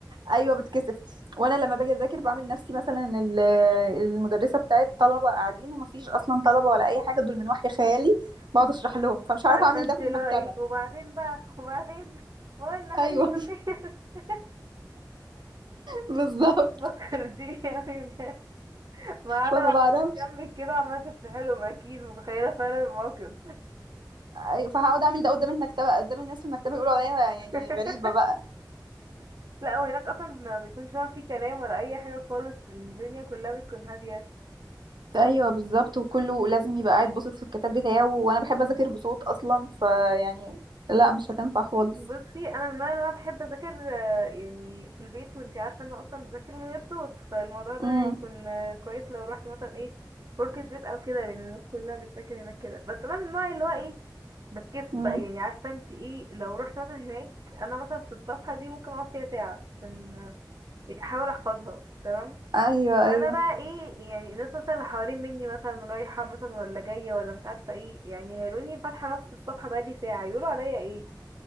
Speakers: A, on the right (about 80°); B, on the right (about 55°).
A: ايوه بتكسف وانا لما باجي اذاكر بعمل نفسي مثلا ال- المدرسه بتاعت طلبه قاعدين ومفيش اصلا طلبه ولا اي حاجه دول من وحي خيالي بقعد اشرح لهم فمش عارفه
B: عارفة
A: اعمل
B: انت
A: ده في
B: اللي
A: المكتبه
B: هو ايه وبعدين بقى وبعدين هو ان
A: ايوه
B: حليم الخير <laughs>
A: <laughs> بالظبط
B: فكرتيني اوي بجد. <laughs> ما قاعدة
A: فما
B: على
A: بعرفش
B: جنبي كده عمالة تشرحي لهم اكيد متخيلة فعلا الموقف
A: أيوة، فهقعد اعمل ده قدام المكتبه قدام الناس في المكتبه يقولوا عليا يعني
B: <laughs>
A: غريبه بقى
B: لا وهناك اصلا ما بيكونش فعلا في كلام ولا اي حاجة خالص الدنيا كلها بتكون هادية
A: ايوه بالظبط وكله لازم يبقى قاعد باصص في الكتاب بتاعه وانا بحب اذاكر بصوت اصلا فيعني لا مش هتنفع خالص
B: بصي انا من النوع اللي هو بحب اذاكر آه، يعني في البيت وانتي عارفه ان انا اصلا بذاكر من غير صوت فالموضوع ده
A: امم
B: هيكون آه، كويس لو رحت مثلا ايه ورك سبيس او كده لان الناس كلها بتذاكر هناك كده بس انا من النوع اللي هو ايه بتكسف بقى
A: امم
B: يعني عارفه انتي ايه لو رحت مثلا هناك انا مثلا في الصفحه دي ممكن اقعد فيها ساعه عشان آه، احاول احفظها تمام
A: ايوه ايوه
B: انا بقى ايه يعني الناس مثلا اللي حوالين مني مثلا رايحه مثلا ولا جايه ولا مش عارفه ايه يعني هيقولوني فاتحه نفس الصفحه بقالي ساعه يقولوا عليا ايه